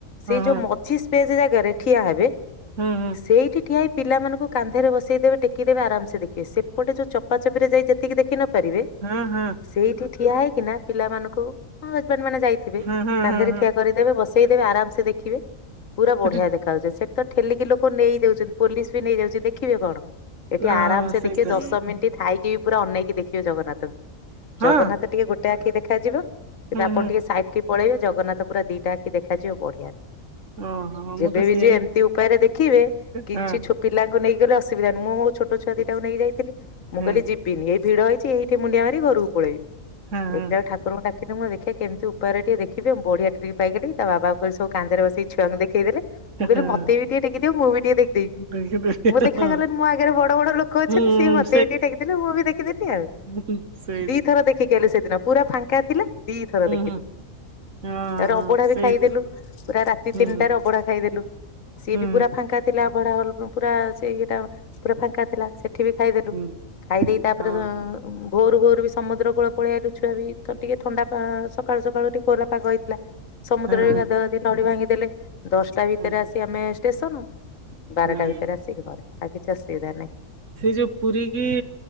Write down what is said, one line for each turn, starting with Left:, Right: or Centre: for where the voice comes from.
Left: ସେଇ
Right: ହଁ ହଁ ହଁ
Left: ଯୋଉ ମଛି ଜାଗାରେ ଠିଆ ହେବେ।
Right: ହୁଁ ହୁଁ।
Left: ସେଇଠି ଠିଆ ହେଇ ପିଲାମାନଙ୍କୁ କାନ୍ଧରେ ବସେଇ ଦେବେ ଟେକିଦେବେ ଆରାମସେ ଦେଖିବ ସେପଟେ ଯୋଉ ଚପା ଚପିରେ ଯାଇ ଯେ ତିକି ଦେଖିନ ପାରିବେ
Right: ହଁ ହଁ।
Left: ସେଇଠି ଠିଆ ହେଇକିନା ପିଲାମାନଙ୍କୁ ହଜବେଣ୍ଡ ମାନେ ଯାଇଥିବେ
Right: ହଁ ହଁ
Left: କାନ୍ଧରେ
Right: ହଁ ହଁ
Left: ଠିଆ କରି ଦେବେ ବସେଇଦେବେ ଆରାମସେ ଦେଖିବେ ପୁରା
Right: ସେଠି
Left: ବଢିଆ ଦେ ଖା ଉଚୀ ସେଠି ତ ଠେଲିକି ଲୋକ ନେଇଯାଉଛନ୍ତି ପୋଲିସ ବି ନେଇଯା ଉଚି ଦେଖିବେ କଣ? ଏଠି
Right: ହଁ
Left: ଆରାମ ସେ
Right: ସେଇତ।
Left: ଦେଖିବେ ଦଶ ମିନିଟ୍ ଥାଇକି ବି ପୁରା ଅନେଇକି ଦେଖିବେ ଜଗନ୍ନାଥଙ୍କୁ
Right: ହଁ
Left: ଜଗନ୍ନାଥ ଟିକେ ଗୋ ଟେ ଆଖି ଦେଖାଯିବ କିନ୍ତୁ
Right: ହୁଁ
Left: ଆପଣ
Right: ହୁଁ
Left: ଟିକେ ସାଇଟ୍ କି ପଳେଇବେ ଜଗନ୍ନାଥ ପୁରା ଦିଟା ଆଖି ଦେଖାଯିବ ବଢିଆରେ।
Right: ଓହୋ
Left: ଯେବେବି
Right: ମୁଁ ତ ସେଇ
Left: ଯିବେ ଏମିତି ଉପାୟରେ ଦେଖିବେ କିଛି
Right: ହଁ
Left: ଛୋ ପିଲାଙ୍କୁ ନେଇଗଲେ ଅସୁବିଧା ନି ମୁଁ ମୋ ଛୋଟଛୁଆଦିଟା କୁ ନେଇ ଯାଇଥିଲି ମୁଁ
Right: ହଁ
Left: କହିଲିି ଯି ଏଇ ଭିଡ ହେଇଛି ଏଇଠି ମୁଣ୍ଡିଆ ମାରି ଘରକୁ ପଳେଇବି
Right: ହଁ
Left: ଦେଖିଲା ଠାକୁରଙ୍କ ଡାକିଲି ମୁଁ ଦେଖିଆ କେମିତି ଉପାୟରେ ଟିକେ ଦେଖିବି ମୁ ବଢିଆ ଟ୍ରିଇ ପାଇଗଲି ତା ବାବାଙ୍କ ସବୁ କାନ୍ଦରେ ବସେଇ ଛୁଆଙ୍କୁ ଦେଖେଇ ଦେଲେ। ମୁଁ କହିଲି
Right: ହଁ
Left: ମତେବି ଟିକେ ଟେକିଦିଅ ମୁଁ ବି ଟିକେ ଦେଖିଦେବି।
Right: ଦେଖିଲି
Left: ମୁଁ
Right: ହଁ
Left: ଦେଖା ଗଲାନି ମୋ ଆଗରେ ବଡ ବଡ ଲୋକ ଅଛନ୍ତି
Right: ହୁଁ
Left: ସିଏ ମତେ ବି ଟିକେ ଟେକି ଦେଲେ ମୁଁ ବି ଦେଖିଦେଲି ଆଉ।
Right: <unintelligible> ସେ
Left: ଦିଥର ଦେଖିକି ଆଇଲୁ ସେଦିନ ପୁରା ଫାଙ୍କା ଥିଲା ଦିଥର
Right: ହୁଁ
Left: ଦେଖିଲୁ।
Right: ହୁଁ ହଁ
Left: ତାରେ
Right: ହଁ
Left: ଅବଢା ବି
Right: ସେଇତ
Left: ଖାଇଦେଲୁ ପୁରା ରାତି
Right: ହୁଁ
Left: ତିନିଟାରେ
Right: ହୁଁ
Left: ଅବଢା ଖାଇଦେଲୁ। ସିଏ
Right: ହୁଁ
Left: ବି ପୁରା ଫାଙ୍କା ଥିଲା ଅଭଡା ହଲ ପୁରା ସେ ଇଏଟା ପୁରା ଫାଙ୍କା ଥିଲା ସେଠି ବି ଖାଇଦେ
Right: ହୁଁ
Left: ଖାଇ ଦେଇ ତାପରେ
Right: ହୁଁ ହଁ
Left: ଭୋରୁ ଭୋରୁ ବି ସମୁଦ୍ର କୂଳ ପଳେଇ ଆଇଲୁ ଛୁଆ ବି ଟିକେ ଥଣ୍ଡା ସକାଳୁ ସକାଳୁ ଟିକେ କୋଲା ପାଗ ହେଇଥିଲା। ସମୁଦ୍ରରେ
Right: ହଁ
Left: ବି ଗାଧୁ ଗାଧି ଲଢଡି ଭାଙ୍ଗିଦେଲେ ଦଶଟା ଭିତରେ
Right: ହଁ
Left: ଆସି ଆମେ ଷ୍ଟେସନ ବାରଟା
Right: ହଁ
Left: ଭିତରେ ଆସିିକି ଘରେ ଆଉ କିଛି ଅସୁବିଧା ନାହିଁ।
Right: ସେଇ ଯୋଉ ପୁରୀ କି